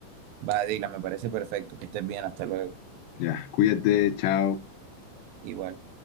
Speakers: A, on the right; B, on the left.
A: Va, Dila, me parece perfecto. Que estés bien, hasta luego.
B: Ya, cuídate, chao.
A: Igual.